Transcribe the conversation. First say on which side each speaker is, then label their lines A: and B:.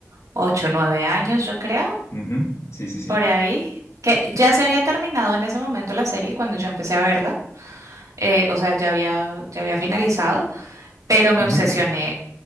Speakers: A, on the right (about 80°); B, on the left (about 60°).
A: 8, 9 años, yo creo,
B: Ujú. Sí, sí, sí.
A: por ahí. Que ya se había terminado en ese momento la serie cuando yo empecé a verla. eh, o sea, ya había, ya había finalizado, pero me
B: Ujú.
A: obsesioné.